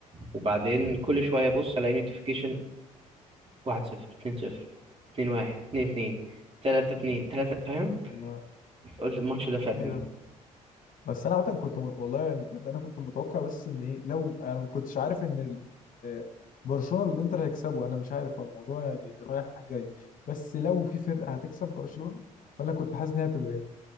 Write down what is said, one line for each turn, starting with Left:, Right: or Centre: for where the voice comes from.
Right: وبعدين كل شويه ابص الاقي نوتيفيكيشن 1 0 2 0 2 1 2 2 3 2 3 فاهم
Left: آه.
Right: قلت الماتش ده فاتني
Left: أيوة. بس انا عامه كنت م... والله يعني بجد انا كنت متوقع بس ان ايه لو انا ما كنتش عارف ان ال... آه، برشلونه اللي انتر هيكسبه انا مش عارف هو الموضوع يعني رايح جاي بس لو في فرقه هتكسب برشلونه فانا كنت حاسس ان هي هتبقى انتر